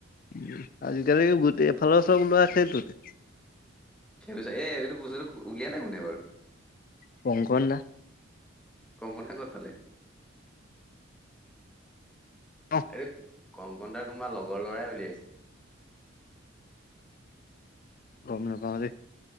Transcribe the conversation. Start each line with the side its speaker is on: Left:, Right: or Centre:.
Left: উম আজি কালি গোটেই এফালৰ চব লোৱা সেইটোতে।
Centre: সেই টো চা এ এইটো বস্তুটো উলিয়ালে কোনে বাৰু?
Left: কংকন দা
Centre: কংগন দা ক'ত পালে।
Left: অ
Centre: আৰু কংকদাৰ কোনোবা লগৰ লৰাই উলিয়াইছে।
Left: গম নাপাওঁ দেই।